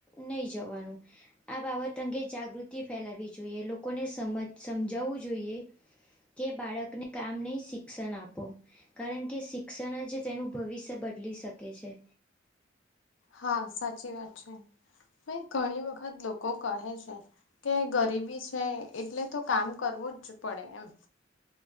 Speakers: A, in the centre; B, on the left.
A: નહી જવાનું આ બાબત અંગે જાગૃતિ ફેલાવવી જોઈએ લોકોને સમજ સમજાવવું જોઈએ કે બાળકને કામ નહી શિક્ષણ આપો. કારણ કે શિક્ષણ જ તેનું ભવિષ્ય બદલી શકે છે.
B: હા, સાચી વાત છે. હું ઘણી વખત લોકો કહે છે કે ગરીબી છે એટલે તો કામ કરવું જ પડે એમ.